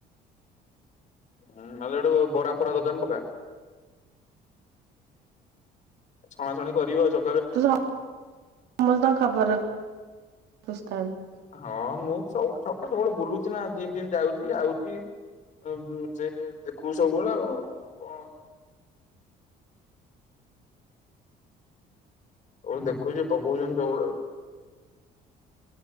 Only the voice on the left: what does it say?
ହଁ ନଡୁ ବରା ଫରା ଦୋକା <unintelligible> ଛଣାଛଣି କରିବ ।
ହଁ ମୁଁ ସବୁ ଛକ ସବୁବେଳେ ବୁଲୁଛି ନା ଯେମତି ଯାଉଛି ଆଉଛି। ଆ ସେ ଦେଖୁ ସବୁବେଳେ ଆଉ କଣ। ଆଉ ଦେଖୁଛି ପକଉଛନ୍ତି ଯଟେ